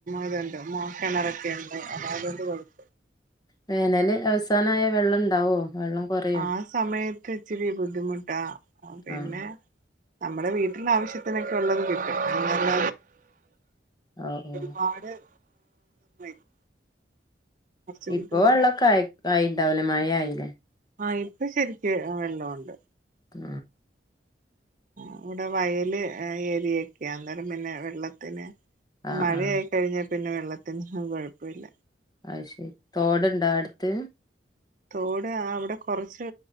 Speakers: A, on the right (about 45°); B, on the left (about 25°).
A: ഇതൊണ്ട് കിണറൊക്കെന്ന് അല്ല അതണ്ട് കൊഴപ്പ
B: വേനല് അവസാനമായ വെള്ളം ഉണ്ടാവോ? വെള്ളം കൊറയോ
A: ആ സമയത്ത് ഇച്ചിരി ബുദ്ധിമുട്ടാ പിന്നെ
B: ആഹ്
A: നമ്മുടെ വീട്ടില ആവശ്യത്തിനൊക്കെ ഉള്ളത് കിട്ടും അങ്ങ
B: ഓ ഓ
A: ഒരുപാട് <unintelligible> കുറച്ച്
B: ഇപ്പൊ
A: ബുദ്ധിമുട്ടാ
B: വെള്ളമൊക്കെ ആയി ആയിണ്ടാവലേ മഴ ആയില്ലേ?
A: ആഹ ഇപ്പ ശരിക്ക് വെള്ളുണ്ട്.
B: ആ
A: ഇവിടെ വയല് ഏരിയൊക്കെയ അന്നേരം പിന്നെ വെള്ളത്തിന്
B: ആഹ്
A: മഴയായി
B: ആഹ്
A: കഴിഞ്ഞാൽ പിന്നെ വെള്ളത്തിന് കുഴപ്പ ഇില്ല.
B: അശരി തോടുണ്ടാ അടുത്ത്?
A: തോട് അവിടെ കുറച്ച്